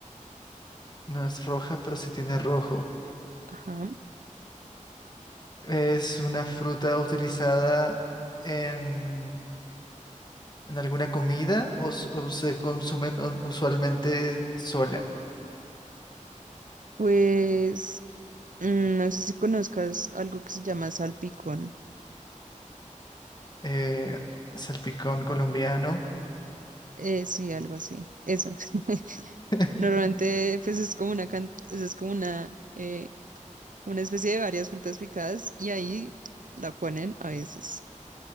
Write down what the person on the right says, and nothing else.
Ajá.
Pues mm, no sé si conozcas algo que se llama salpicón.
Eh, sí, algo así. Eso. <laughs>
Normalmente, pues es como una can- o sea, es como una, eh, una especie de varias frutas picadas y ahí la ponen a veces.